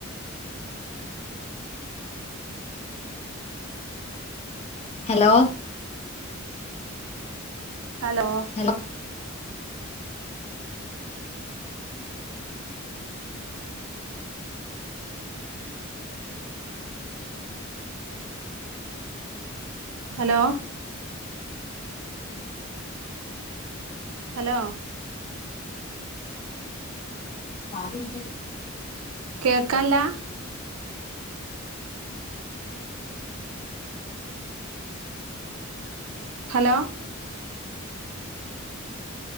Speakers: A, on the left; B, on the right.
A: hello
B: hello
A: hello
B: hello hello
A: hello
B: കേക്കാല്ലാ? ഹലോ.